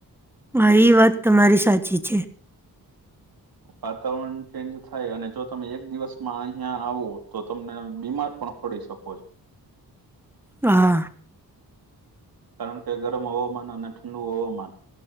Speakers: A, in the centre; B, on the right (about 70°).
A: હા ઇ વાત તમારી સાચી છે.
B: વાતાવરણ ચેન્જ થાય અને જો તમે એક દિવસમાં અહિયાં આવો તો તમને બીમાર પણ પડી સકો છો.
A: હા.
B: કારણ કે ગરમ હવામાન અને ઠંડુ હવામાન.